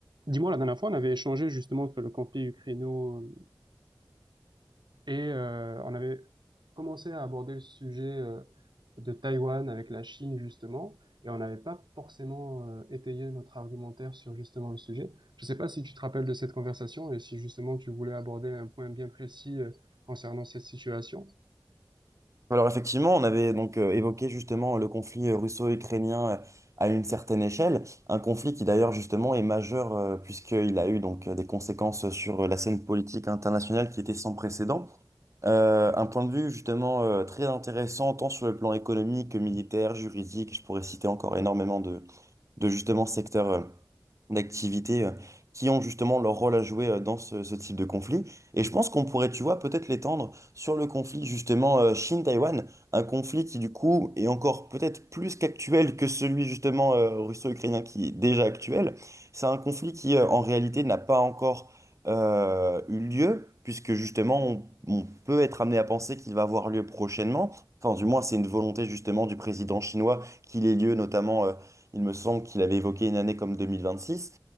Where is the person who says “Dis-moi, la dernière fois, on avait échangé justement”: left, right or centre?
Right